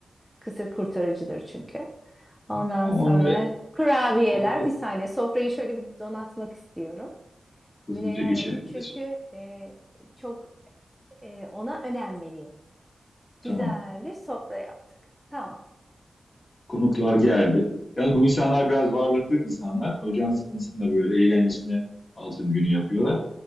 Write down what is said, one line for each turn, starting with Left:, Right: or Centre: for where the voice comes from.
Centre: Kısır kurtarıcıdır çünkü. Ondan
Left: Tamam
Centre: sonra
Left: onları,
Centre: kurabiyeler
Left: onları
Centre: bir saniye sofrayı şöyle bir donatmak istiyorum.
Left: hızlıca
Centre: Münevver
Left: geçelim
Centre: Hanım çünkü
Left: diye. sö-
Centre: e, çok e, ona önem veriyor.
Left: Tamam.
Centre: Güzel bir sofra yaptık. Tamam.
Left: Konuklar geldi. Yalnız bu insanlar biraz varlıklı insanlar. Ocağın sıkıntısında böyle eğlencesine altın günü yapıyorlar.